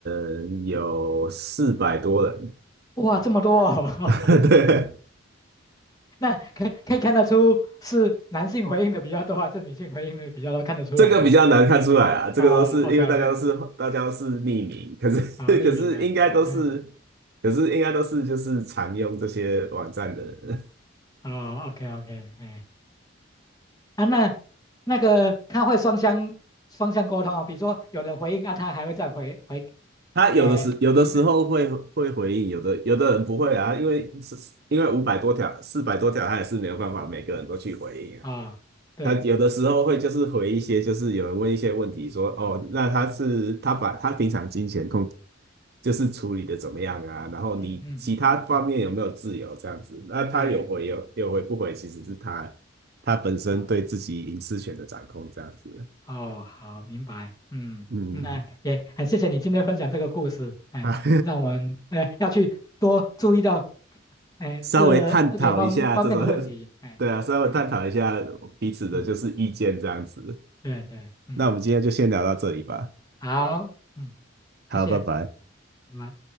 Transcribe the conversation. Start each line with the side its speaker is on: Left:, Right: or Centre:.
Right: 人有四百多人，
Left: 哇，这么多哦，
Right: <laughs>
Left: <laughs>
Right: 对，
Left: 那可可以看得出是男性回应的比较多，还是女性回应的比较多？看得出来吗？
Right: 这个比较难看出来啊，这个都是因为大家都是大家都是匿名，
Left: 哦，OK OK，
Right: 可是
Left: 好，
Right: <laughs>
Left: 匿名的，OK，
Right: 可是应该都是，可是应该都是就是常用这些网站的人，
Left: 哦，OK OK，哎，啊，那那个他会双向双向沟通啊，比如说有人回应啊，他还会再回回，
Right: <laughs> 他有的时有的时候会会回应，
Left: 哎，嗯
Right: 有的有的人不会啊，因为是因为五百多条四百多条，他也是没有办法每个人都去回应啊。
Left: 啊，哦对，
Right: 他有的时候会就是回一些，就是有人问一些问题说，哦，那他是他把他平常金钱控
Left: 嗯
Right: 就是处理的怎么样啊，然后你其他方面有没有自由这样子，
Left: 嗯嗯嗯嗯嗯，
Right: 那他有回有有回不回，
Left: 对对，的
Right: 其实是他他本身对自己隐私权的掌控这样子，
Left: ，OK，哦，好，明白。嗯，
Right: 嗯，
Left: 那也很谢谢你今天分享这个故事，哎，
Right: 啊，
Left: 让我们呃要去多注意到，
Right: <laughs>
Left: 哎，
Right: 稍微探讨一下这种，
Left: 这这个方方面的问题，哎，
Right: 对啊，稍微探讨一下彼此的就是意见这样子，
Left: 哎，对对对，嗯，
Right: 那我们今天就先聊到这里吧，
Left: 好，嗯，
Right: 好，
Left: 谢谢，
Right: 拜拜。
Left: 拜拜。